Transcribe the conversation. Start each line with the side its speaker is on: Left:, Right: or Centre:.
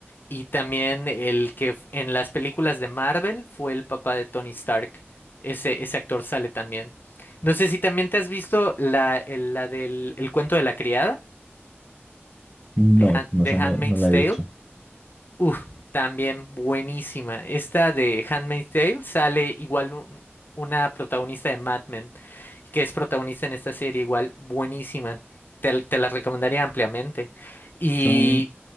Left: Y también el que f- en las películas de Marvel fue el papá de Tony Stark. Ese, ese actor sale también. No sé si también te has visto la, el- la del el cuento de la criada,
Centre: No,
Left: de Han-
Centre: no,
Left: de
Centre: o sea,
Left: Handmaid's
Centre: no, no la
Left: Tale.
Centre: he visto.
Left: Uf, también buenísima. Esta de Handmaid's Tale sale igual un- una protagonista de Mad Men, que es protagonista en esta serie, igual buenísima. Te, te la recomendaría ampliamente. Y...
Centre: Son,